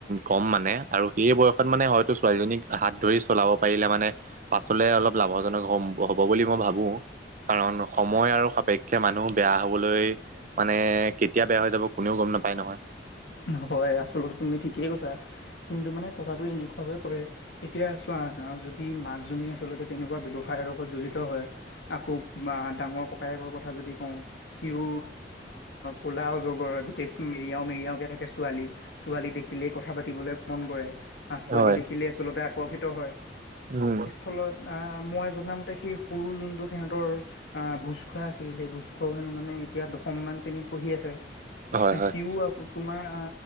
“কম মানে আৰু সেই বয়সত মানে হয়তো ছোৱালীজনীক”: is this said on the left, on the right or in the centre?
Right